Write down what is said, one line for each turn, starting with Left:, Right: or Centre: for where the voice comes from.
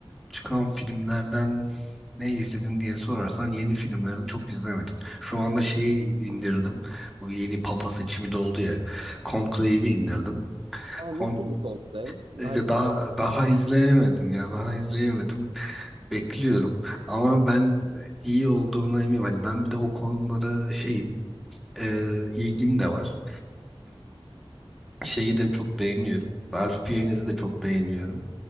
Centre: çıkan filmlerden ne izledin diye sorarsan yeni filmleri çok izlemedim. Şu anda şeyi indirdim. Bu yeni papa seçimi de oldu ya. Conclave'i indirdim.
Right: Aa,
Centre: Kon
Right: nasıldı Coldplay?
Centre: işte
Right: Herkes
Centre: daha
Right: çok...
Centre: daha izleyemedim ya. Daha izleyemedim. Bekliyorum. Ama ben iyi olduğuna eminim. Hani ben bir de o konulara şeyim, e, ilgim de var. Şeyi de çok beğeniyorum. Ralph Fiennes'i de çok beğeniyorum.